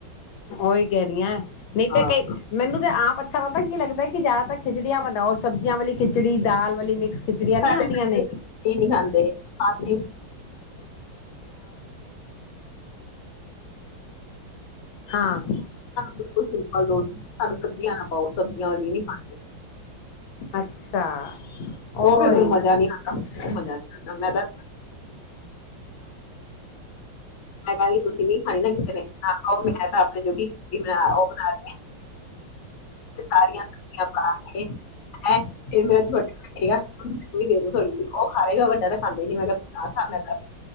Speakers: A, on the left; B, on the left.
A: ਓਹੀ ਕਹਿ ਰਹੀ ਆ ਨਹੀਂ
B: ਹਾਂ
A: ਤੇ ਕਈ ਮੈਨੂੰ ਤੇ ਆਪ ਅੱਛਾ ਪਤਾ ਕੀ ਲੱਗਦਾ ਕਿ ਜਿਆਦਾਤਰ ਖਿਚੜੀਆਂ ਬਣਾਓ ਸਬਜ਼ੀਆਂ ਵਾਲੀ ਖਿਚੜੀ ਦਾਲ ਵਾਲੀ ਮਿਕਸ ਖਿਚੜੀਆਂ ਨਹੀਂ
B: ਸਾਡੇ
A: ਆਉਂਦੀਆਂ
B: ਨਹੀਂ
A: ਨੇ
B: ਖਾਂਦੇ <unintelligible> ਇੱਕ
A: ਹਾਂ
B: ਬਿਲਕੁਲ ਸਿੰਪਲ ਦੋ ਸਾਨੂੰ ਸਬਜ਼ੀਆਂ ਨਾ ਪਾਓ ਸਬਜ਼ੀਆਂ ਵਾਲੀ ਨਹੀਂ ਖਾਣੀ
A: ਅੱਛਾ ਉਹੀ
B: ਉਹ ਫਿਰ ਮੈਨੂੰ ਮਜ਼ਾ
A: ਨਾ
B: ਨਹੀਂ ਆਉਦਾ ਉਹ ਮਜ਼ਾ ਨਹੀਂਦਾ ਮੈਂ ਤਾਂ ਮੈਂ ਕਹਾਂਗੀ ਤੁਸੀਂ ਨ ਖਾਣੀ ਨਾ ਕਿਸੇ ਨੇ ਨਾ ਖਾਓ ਮੈਂ ਤਾਂ ਆਪਣੇ ਜੋ ਖਿਚ ਉਹ ਬਣਾ ਸਾਰੀਆਂ <unintelligible> <unintelligible> ਇਹਗਾ ਦੇ ਦ ਥੋੜੀ ਜ ਉਹ ਖਾਗਾ ਵੱਡਾ ਤਾਂ ਖਾਂਦੇ ਨੀ ਮੈਂ ਕਿਹਾ ਖਾਂ ਮੈਂ ਤਾਂ